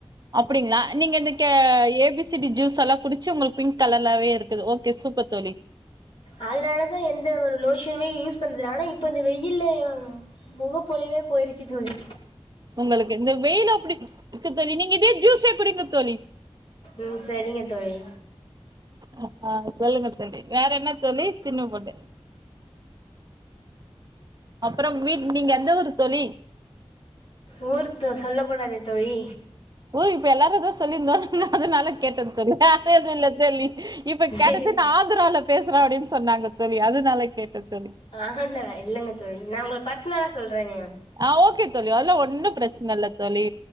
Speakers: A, on the right; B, on the left.
A: அப்டிங்ளா நீங்க இந்த K A B C C D ஜூஸலா குடிச்சு ஒங்ளுக் பிங்க் கலர்லாவே இருக்குது ஓகே சூப்பர் தோழி
B: அதுனாலதா எந்த ஒரு லோஷனுமே யூஸ் பண்ல ஆனா இப்ப இந்த வெயில்ல யும் முகப்பொலிவே போயிரிச்சி தோழி
A: உங்குளுக்கு இந்த வெயிலப்பிடி இருக்கு தோழி நீங்க இதே ஜூஸே குடிங்க தோழி <inaudible>
B: ம் சரிங்க தோழி
A: அ ஆ சொல்லுங்க தோழி வேறென்ன தோழி சின்ன பொண்ணு அப்புறம் வீட் நீங்க எந்த ஊரு தோழி
B: ஊரு து சொல்ல கூடாதே தோழி
A: ஒய் இப்ப எல்லாருதான் சொல்லிருந்தோம் அதுனால கேட்டந்தோழி வேறெது இல்ல தோழி இப்ப
B: சேரிங்க
A: கேட்டது நா ஆக்ரால பேசுறேன் அப்டின் சொன்னாங்க தோழி அதுனால கேட்டந்தோழி
B: ஆஹால்ல இல்லங்க தோழி நா உங்களு பர்சனலா சொல்றனே நானு
A: அ ஓகே தோழி அதுலான் ஒன்னு ப்ரச்சனல்ல தோழி